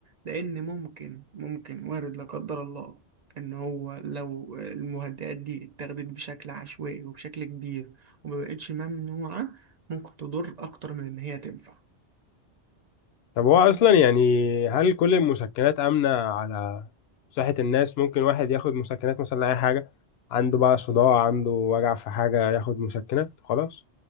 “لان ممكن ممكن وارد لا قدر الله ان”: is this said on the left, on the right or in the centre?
Right